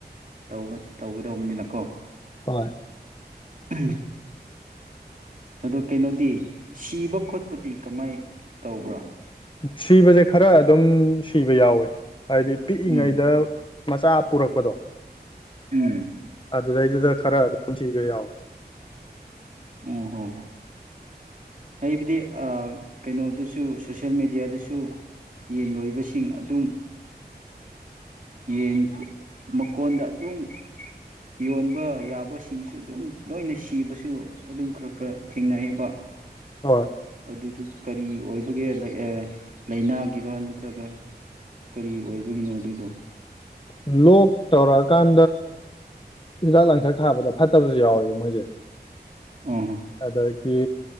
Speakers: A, on the right; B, on the left.
A: ꯇ ꯇꯧꯒꯗꯧꯕꯅꯤꯅꯀꯣ
B: ꯍꯣꯏ
A: ꯎꯝ ꯑꯗ ꯀꯩꯅꯣꯗꯤ ꯁꯤꯕ ꯈꯣꯠꯄꯗꯤ ꯀꯃꯥꯏꯅ ꯇꯧꯕ꯭ꯔꯥ
B: ꯁꯤꯕꯁꯦ ꯈꯔ ꯑꯗꯨꯝ ꯁꯤꯕ ꯌꯥꯎꯋꯦ ꯍꯥꯏꯗꯤ ꯄꯤꯛꯏꯉꯩꯗ
A: ꯎꯝ
B: ꯃꯆꯥ ꯄꯨꯔꯛꯄꯗꯣ
A: ꯎꯝ
B: ꯑꯗꯨ ꯑꯗꯨꯗꯩꯗꯨꯗ ꯈꯔ ꯑꯗꯨꯝ ꯁꯤꯕ ꯌꯥꯎꯋꯤ
A: ꯎꯝ ꯍ ꯑꯩꯕꯨꯗꯤ ꯀꯩꯅꯣꯗꯁꯨ ꯁꯣꯁꯤꯌꯦꯜ ꯃꯦꯗꯤꯌꯥꯗꯁꯨ ꯌꯦꯟ ꯂꯣꯏꯕꯁꯤꯡ ꯑꯗꯨꯝ ꯌꯦꯟ ꯃꯀꯣꯟꯗ ꯑꯗꯨꯝ ꯌꯣꯟꯕ ꯌꯥꯕꯁꯤꯡꯁꯨ ꯑꯗꯨꯝ ꯂꯣꯏꯅ ꯁꯤꯕꯁꯨ ꯑꯗꯨꯝ ꯈꯔ ꯈꯔ ꯊꯦꯡꯅꯌꯦꯕ
B: ꯍꯣꯏ
A: ꯑꯗꯨꯗꯨ ꯀꯔꯤ ꯑꯣꯏꯕꯒꯦ ꯂ ꯂꯥꯏꯅꯥꯒꯤꯔ ꯅꯠꯇ꯭ꯔꯒ ꯀꯔꯤ ꯑꯣꯏꯕꯒꯤꯅꯣ ꯑꯗꯨꯗꯣ
B: ꯂꯣꯛ ꯇꯧꯔ ꯀꯥꯟ ꯗꯥ ꯂꯥꯡꯊꯔꯒꯦ ꯊꯥꯕꯗ ꯐꯠꯇꯕꯁꯨ ꯌꯥꯎꯋꯤ ꯣꯏꯁꯦ
A: ꯑꯥ ꯍ
B: ꯑꯗꯒꯤ